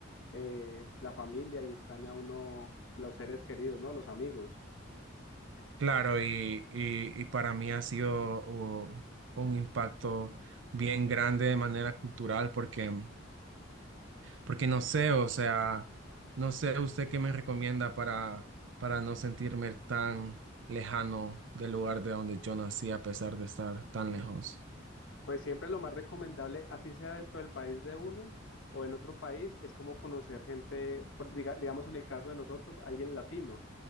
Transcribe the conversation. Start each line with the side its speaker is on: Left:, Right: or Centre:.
Left: eh, la familia y extraña uno los seres queridos, ¿no? Los amigos.
Right: Claro, y, y, y para mí ha sido uh, un impacto bien grande de manera cultural porque... Porque no sé, o sea, no sé usted qué me recomienda para, para no sentirme tan lejano del lugar de donde yo nací a pesar de estar tan lejos.
Left: Pues siempre lo más recomendable, así sea dentro del país de uno o en otro país, es como conocer gente, por- diga- digamos en el caso de nosotros, alguien latino